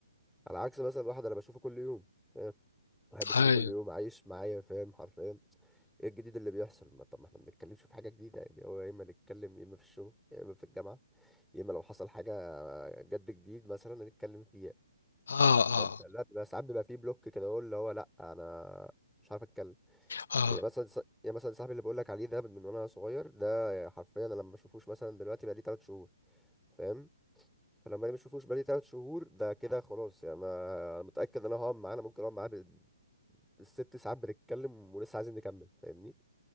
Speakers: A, in the centre; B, on the left.
A: على عكس مثلا واحد انا بشوفه كل يوم بحب اشوفه
B: هاي
A: كل يوم عايش معايا فاهم حرفيا ايه الجديد اللي بيحصل ما طب ما احنا ما بنتكلمش في حاجه جديده يعني هو يا اما نتكلم يا اما في الشغل يا اما في الجامعه يا اما لو حصل حاجه جد جديد مثلا نتكلم فيها
B: اه اه
A: فانت لا بيبقى ساعات بيبقى فيه بلوك كده هو اللي هو لا انا مش عارف اتكلم
B: اه
A: يعني مثلا ص- يعني مثلا صاحبي اللي بقول لك عليه ده من وانا صغير ده حرفيا انا لما اشوفوش مثلا دلوقتي بقى لي 3 شهور فاهم فلما انا ما اشوفوش بقالي 3 شهور ده كده خلاص يعني انا أنا متاكد ان انا هقعد معاه انا ممكن اقعد معاه الست ساعات بنتكلم ولسه عايزين نكمل فاهمني